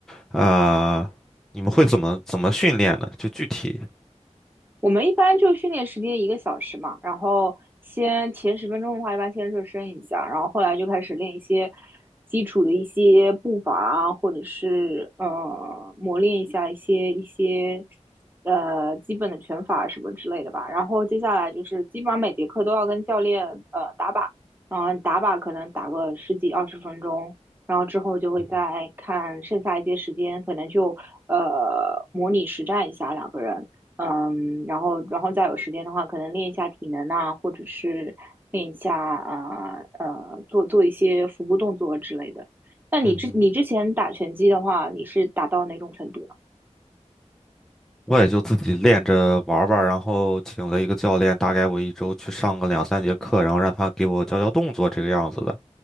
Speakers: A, in the centre; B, on the right.
A: 啊、你们会怎么怎么训练呢？就具体，
B: 我们一般就训练时间一个小时嘛，然后先前十分钟的话，一般先热身一下，然后后来就开始练一些基础的一些步伐啊，或者是呃磨练一下一些一些呃基本的拳法什么之类的吧。然后接下来就是基本上每节课都要跟教练呃打靶，然后打靶可能打个十几二十分钟。然后之后就会再看剩下一些时间，
A: 嗯哼，
B: 可能就呃模拟实战一下两个人，嗯，然后然后再有时间的话，可能练一下体能啊，或者是练一下啊呃，呃做做一些腹部动作之类的。那你之你之前打拳击的话，
A: 嗯哼
B: 你是打到哪种程度呢？
A: 我也就自己练着玩儿玩儿然后请了一个教练，大概我一周去上个两三节课，然后让他给我教教动作这个样子的。